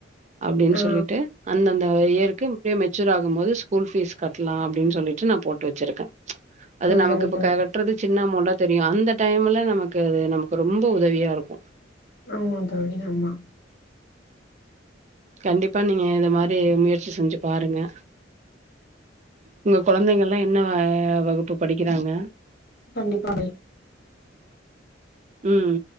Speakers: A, on the right; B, on the left.
A: அப்டின்னு
B: ஆ
A: சொல்லிட்டு அந்தந்த இயருக்கு மே ஆகும் போது ஸ்கூல் ஃப்பீஸ் கட்லா அப்டின்னு சொல்லிட்டு நா போட்டு வச்சிருக்கே அது நமக்கு
B: நல்லது
A: இப்ப
B: தோழி
A: கட்றது சின்ன அமௌண்டா தெரியு அந்த டைம்ல நமக்கு அது நமக்கு ரொம்ப உதவியா இருக்கு
B: ஆமாங்க தோழி ஆமா
A: கண்டிப்பா நீங்க இத மாரி முயற்சி செஞ்சு பாருங்க உங்க குழந்தைகள்லா என்ன வகுப்பு படிக்குறாங்க
B: கண்டிப்பா
A: உம்